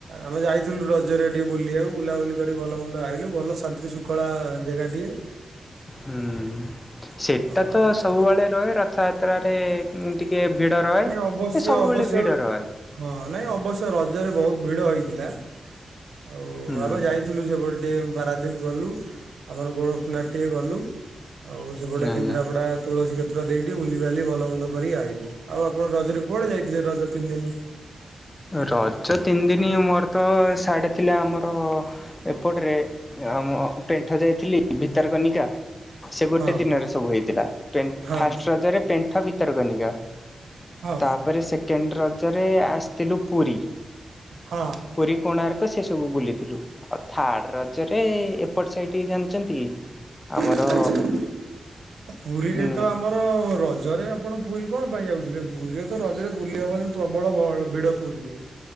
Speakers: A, on the right (about 80°); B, on the left (about 25°).
A: ଆମେ ଯାଇଥିଲୁ ରଜରେ ଟିକେ ବୁଲିବାକୁ ବୁଲାବୁଲି କରି ଭଲ ମନ୍ଦ ଆଇଲୁ ଭଲ ଶାନ୍ତି ଶାନ୍ତି ଶୃଙ୍ଖଳା ଜାଗାଟିଏ।
B: ହୁଁ ସେଟା
A: ହଁ
B: ତ ସବୁବେଳେ ରହେ ରଥଯାତ୍ରାରେ ଟିକେ ଭିଡ଼ ରହେ।
A: ନାଇଁ ଅବଶ୍ୟ
B: ଏ ସବୁବେଳେ
A: ଅବଶ୍ୟ
B: ଭିଡ଼ ରହେ
A: ହଁ ନାଇଁ ଅବଶ୍ୟ ରଜରେ ବହୁତ ଭିଡ ହେଇ ଥିଲା ଆଉ
B: ହୁଁ
A: ଆମେ ଯାଇଥିଲୁ ସେପଟେ ଟିକେ ପାରାଦୀପ ଗଲୁ ଆମର ଗୋରଖନାଥ ଟିକେ ଗଲୁ। ଆଉ ସେପଟେ
B: ଆଜ୍ଞା।
A: କେନ୍ଦ୍ରାପଡା ତୁଲସୀ କ୍ଷେତ୍ର ଦେଇି ବୁଲିିବାଲି ଭଲ ମନ୍ଦ କରିକି ଆଇଲୁ। ଆଉ ଆପଣ ରଜରେ କୁଆଡେ ଯାଇଥିଲେ ରଜ ତିନି ଦିନ?
B: ରଜ ତିନି ଦିନ ମୋର ତ ସିଆଡ଼େ ଥିଲା ଆମର ଏପଟ ରେ ଆ ମୁଁ ପେଣ୍ଠ ଯୋଉ ଥିଲି ଭିତରକନିକା। ସେ ଗୋଟେ
A: ହଁ
B: ଦିନରେ ସବୁ ହେଇଥିଲା ପ
A: ହଁ
B: ଫାଷ୍ଟ ରଜରେ ପେଣ୍ଠ ଭିତର୍କନିକା।
A: ହଁ
B: ତାପରେ ସେକେଣ୍ଡ ରଜରେ ଆସି ଲୁ ପୁରୀ
A: ହଁ।
B: ପୁରୀ କୋଣାର୍କ। ସେ ସବୁ ବୁଲିଥିଲୁ ଆଉ ଥାର୍ଡ ରଜରେ ଏପଟ ସାଇଡ଼ି ଜାଣିଛନ୍ତି ଆମର
A: ଆଚ୍ଛା। ପୁରୀରେ
B: ଉଁ
A: ତ ଆମର ର ରଜରେ ଆପଣ ପୁରୀ କଣ ପାଇଁ ଯାଉଥିଲେ ପୁରୀରେ ତ ରଜରେ ବୁଲି ହବନି ପ୍ରବଳ ଗ ଭିଡ ପୁରୀରେ।